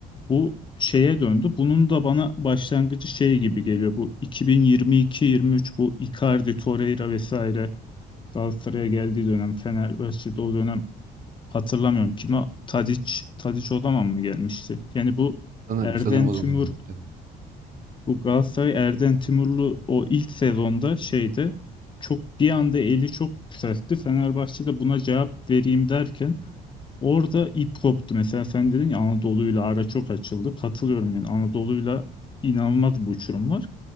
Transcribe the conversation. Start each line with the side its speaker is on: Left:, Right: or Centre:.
Left: Bu şeye döndü. Bunun da bana başlangıcı şey gibi geliyor. Bu 2022-23 bu Icardi, Torreira vesaire Galatasaray'a geldiği dönem Fenerbahçe'de o dönem hatırlamıyorum. Kime Tadic, Tadic o zaman mı gelmişti? Yani bu
Right: sanırım
Left: Erden
Right: sanırım o
Left: Tümur
Right: zaman yaptı.
Left: bu Galatasaray Erden Timurlu o ilk sezonda şeyde çok bir anda eli çok yükseltti. Fenerbahçe de buna cevap vereyim derken Orada ip koptu. Mesela sen dedin ya Anadolu'yla ara çok açıldı. Katılıyorum yani Anadolu'yla inanılmaz bir uçurum var.